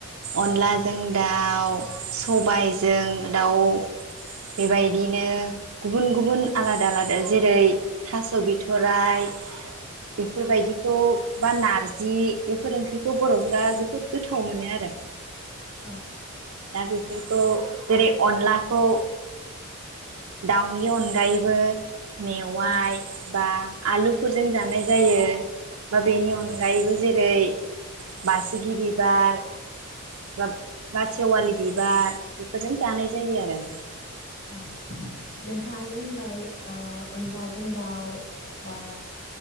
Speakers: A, on the right; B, on the left.
A: अनलाजों
B: औ
A: दाउ। सबायजों दाउ। बेबायदिनो गुबुन गुबुन आलादा आलादा जेरै थास' बिथ'राइ बेफोरबायदिखौ बा नारजि बेफोर ओंख्रिखौ बरफ्रा जोबोद गोथाव मोनो आरो।
B: औ
A: दा बेफोरखौ जेरै अनलाखौ दाउनि अनगायैबो मेवाइ
B: औ
A: बा आलुफोरजों जानाय जायो बा बेनि अनगायैबो जेरै बासिगि बिबार <unintelligible> बिबार बेफोरजों जानाय जायो आरो।
B: औ नोंथाङा जे होनबाय ओ अनलाजों दाउ बा